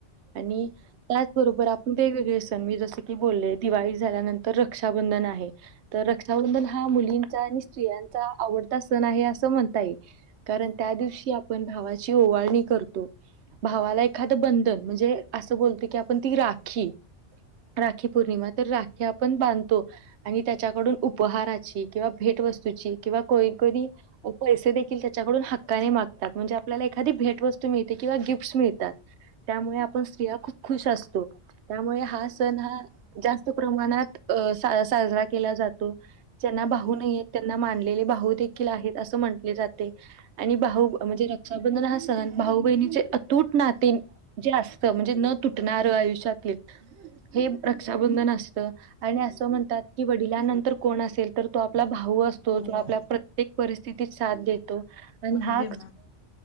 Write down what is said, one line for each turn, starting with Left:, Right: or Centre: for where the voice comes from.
Right: आणि त्याचबरोबर आपण वेगवेगळे सण मी जस की बोलले दिवाळी झाल्यानंतर रक्षाबंधन आहे. तर रक्षाबंधन हा मुलींचा आणि स्त्रियांचा आवडता सण आहे असं म्हणता. ये कारण त्या दिवशी आपण भावाची ओवाळणी करतो. भावाला एखादं बंधन म्हणजे असं बोलतो. की आपण ती राखी राखी पौर्णिमा तर राखी आपण बांधतो. आणि त्याच्याकडून उपहाराची किंवा भेटवस्तूची किंवा कधी कधी. पैसे देखील त्याच्याकडून हक्काने मागतात म्हणजे आपल्याला एखादी भेटवस्तू मिळते किंवा गिफ्टस मिळतात. त्यामुळे आपण स्त्रिया खूप खुश असतो त्यामुळे हा सण हा जास्त प्रमाणात अ साजरा केला. जातो ज्यांना भाहू नाही त्यांना मानलेले भाऊू देखील आहेत असं म्हटले जाते आणि भाऊ म्हणजे रक्षाबंधन हा सण भाऊ बहिणीचे अतूट नाते जे असत म्हणजे न तुटणार आयुष्यातले हे रक्षाबंधन असत आणि असं म्हणतात की वडिलांनंतर कोण असेल तर तो आपला भाऊ असतो. तोच
Left: हो
Right: आपला प्रत्येक परिस्थितीत साथ देतो. आणि
Left: अगदी
Right: हा
Left: मॅम